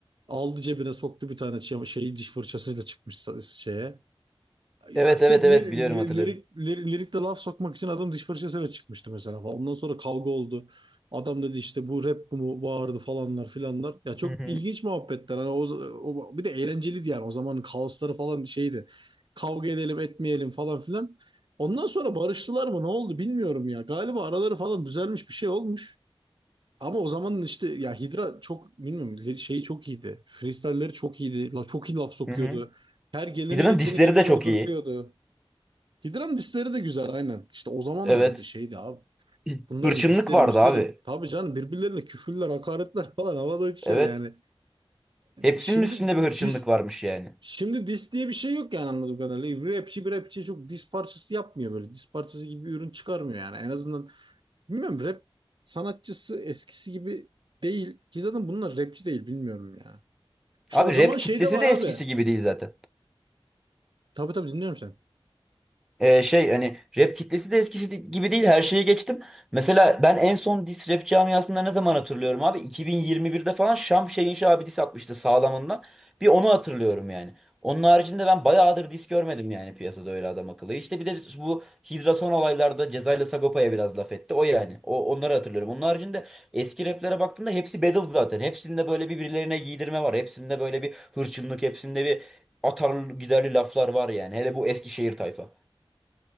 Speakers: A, on the right; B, in the centre.
A: aldı cebine soktu bir tane şey, şey diş fırçasıyla çıkmış şeye. Ya
B: Evet
A: sırf
B: evet
A: lir-
B: evet biliyorum
A: li-
B: hatırlıyorum.
A: lirik, lir- lirikte laf sokmak için adam diş fırçasıyla çıkmıştı mesela falan. Ondan sonra kavga oldu. Adam dedi işte bu rap bu mu bağırdı falanlar filanlar. Ya çok
B: Hı hı.
A: ilginç muhabbetler. Hani o, o- bir de eğlenceliydi yani. O zamanın kaosları falan şeydi. Kavga edelim etmeyelim falan filan. Ondan sonra barıştılar mı ne oldu bilmiyorum ya. Galiba araları falan düzelmiş bir şey olmuş. Ama o zamanın işte ya Hidra çok bilmiyorum li- şeyi çok iyiydi. Freestyle'leri çok iyiydi. La, çok iyi laf sokuyordu.
B: Hı hı.
A: Her geleni
B: Hydra'nın
A: geçeni
B: disleri
A: gediğini
B: de çok
A: odurtuyordu.
B: iyi.
A: Hidra'nın disleri de güzel aynen. İşte o zamanlar
B: Evet.
A: bir de şeydi abi.
B: <clears throat>
A: Bunların
B: Hırçınlık
A: disleri
B: vardı
A: misleri
B: abi.
A: tabii canım birbirlerine küfürler hakaretler falan havada uçuşuyordu
B: Evet.
A: yani.
B: Hepsinin
A: Şimdi
B: üstünde bir hırçınlık
A: dis
B: varmış yani.
A: Şimdi dis diye bir şey yok yani anladığım kadarıyla. Bir Rapçi bir rapçi çok dis parçası yapmıyor böyle. Dis parçası gibi bir ürün çıkarmıyor yani. En azından bilmiyorum rap sanatçısı eskisi gibi değil. Ki zaten bunlar rapçi değil bilmiyorum ya. İşte
B: Abi
A: o zaman
B: rap
A: şey
B: kitlesi
A: de var
B: de
A: abi.
B: eskisi gibi değil zaten.
A: Tabii tabii dinliyorum seni.
B: Ee, şey hani rap kitlesi de eskisi de- gibi değil her şeye geçtim. Mesela ben en son diss rap camiasında ne zaman hatırlıyorum abi? iki bin yirmi birde falan Şam Şeyinşi abi diss atmıştı sağlamında. Bir onu hatırlıyorum yani. Onun haricinde ben bayağıdır diss görmedim yani piyasada öyle adam akıllı. İşte bir de biz bu Hidra son olaylarda Ceza ile Sagopa'ya biraz laf etti. O yani. O, onları hatırlıyorum. Onun haricinde eski raplere baktığında hepsi battle zaten. Hepsinde böyle birbirlerine giydirme var. Hepsinde böyle bir hırçınlık, hepsinde bir atarlı giderli laflar var yani. Hele bu Eskişehir tayfa.